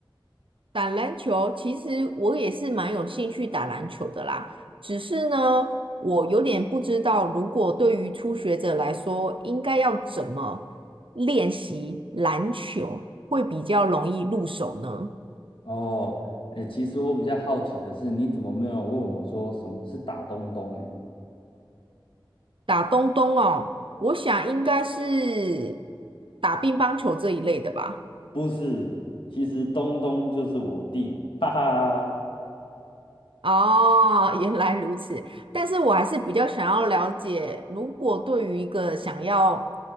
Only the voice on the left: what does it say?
哦，诶，其实我比较好奇的是，你怎么没有问我说什么是打东东？
不是，其实东东就是我弟，哈哈。